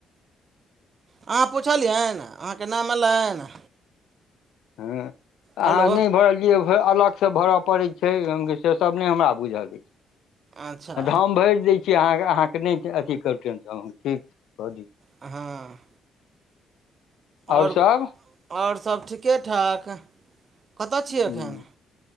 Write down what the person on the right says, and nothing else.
अहाँ पुछलियनि अहाँके नाम अलनि?
हेलो
अच्छा
हाँ।
आओर-आओर
सब ठीके ठाक। कतय
छियै एखन?